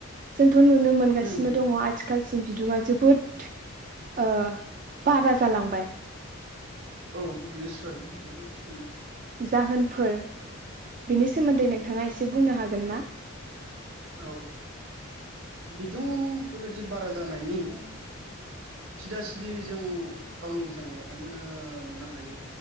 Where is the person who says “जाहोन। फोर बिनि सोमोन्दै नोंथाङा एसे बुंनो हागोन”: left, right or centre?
Right